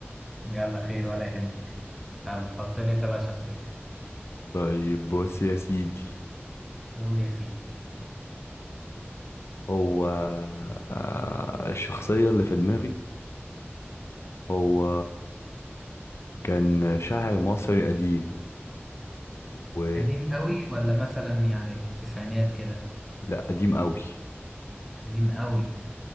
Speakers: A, in the centre; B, on the left.
A: يلا خير ولا يهمك يلا حط لي أنت بقى شخصية
B: طيب بص يا سيدي
A: قول يا سيدي
B: هو آه، الشخصية اللي في دماغي هو كان شاعر مصري قديم و
A: قديم قوي ولا مثلا يعني في التسعينات كده
B: لا قديم قوي
A: قديم قوي